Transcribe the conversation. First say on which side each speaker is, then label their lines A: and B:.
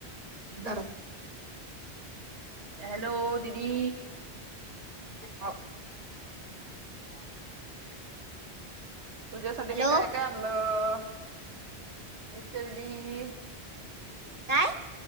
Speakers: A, on the right (about 40°); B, on the right (about 80°).
A: घरात
B: हॅलो. दिदी.
A: हौ.
B: तुझ्यासाठी
A: हॅलो
B: मी काय काय आणलं नेतदी
A: काय